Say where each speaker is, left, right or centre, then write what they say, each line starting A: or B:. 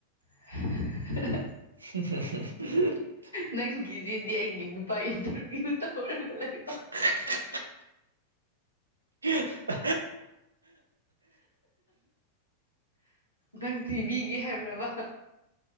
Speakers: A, on the left; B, on the right.
A: <unintelligible>
B: <unintelligible>
A: ꯅꯪꯒꯤꯗꯨꯗꯤ ꯑꯩꯒꯤ ꯅꯨꯄꯥ ꯏꯟꯇꯔꯚꯤꯌꯨ ꯇꯧꯔꯒ ꯂꯩꯕ
B: <unintelligible> <unintelligible>
A: ꯅꯪ ꯊꯤꯕꯤꯒꯦ ꯍꯥꯏꯕ꯭ꯔꯕ